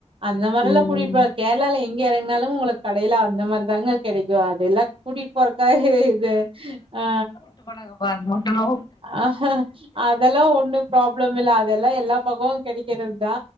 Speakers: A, on the right; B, on the left.
A: அந்த மாரில்லா
B: ம்
A: கூட்டிட்டு போ கேரளால எங்க எறங்குனாலு உங்களுக்கு கடைல அந்த மாரிதாங்க கெடைக்கு அதெல்லா கூட்டிட்டு போறக்காக இது அ
B: அப்ப நாங்க வர்மாட்டலோ
A: ஆஹா அதெல்லா ஒண்ணு ப்ராப்ளம் இல்ல அதெல்லா எல்லா பக்கமு கெடைக்கறதுதா